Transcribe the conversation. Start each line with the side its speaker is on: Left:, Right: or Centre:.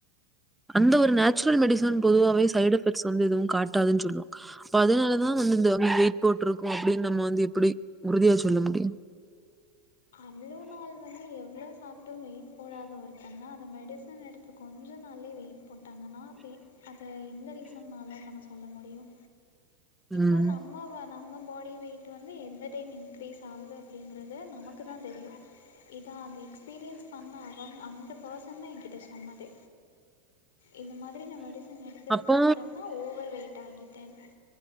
Centre: அந்த ஒரு நேச்சுரல் மெடிசன் பொதுவாவே சைடு் எஃபெக்ட்ஸ் வந்து எதுவு காட்டாதுன் சொல்லு அப்ப அதனாலதா வந்து இந்த வெயிட் போட்ருக்கு அப்டின் நம்ம வந்து எப்டி உறுதியா சொல்ல முடியு
Left: அவ்ளோ நாள் வந்து எவ்ளோ சாப்ட்டு வெயிட் போடாத ஒருத்தங்க அந்த மெடிச சார் எனக்கு கொஞ்ச நாள்லே வெயிட் போட்டாங்கன்னா அப்பே அது எந்த ரீசனால நம்ம சொல்ல முடியும் இப்போ
Centre: ம்
Left: நம்ம வ நம்ம பாடி வெயிட்டு வந்து எந்த டைம் இன்கிரீஸ் ஆகுது அப்டிங்கிறத நமக்கு தா தெரியும் இதா அந்த எக்ஸ்பீரியன்ஸ் பண்ண அவ அந்த பர்சன் தா என்கிட்ட சொன்னது இந்த மாதிரி நா மெடிசன் எடுத்ததுக்கு
Centre: அப்போ
Left: அப்புறம் தா ஓவர் வெயிட் ஆகிட்டேன்